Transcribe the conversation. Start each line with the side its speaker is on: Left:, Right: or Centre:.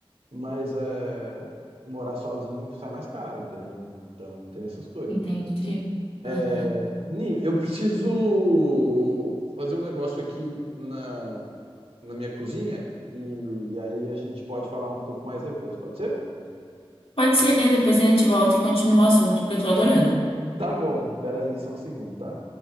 Right: Mas é, morar sozinho sai mais caro, entendeu? Então tem essas coisas.
Left: Entendi.
Right: É,
Left: Uhum.
Right: Ni, eu preciso fazer um negócio aqui na, na minha cozinha. E, e aí a gente pode falar um pouco mais depois, pode ser?
Left: Pode ser, depois a gente volta e continua o assunto, porque eu tô adorando.
Right: Tá bom, peraí, só um segundo, tá?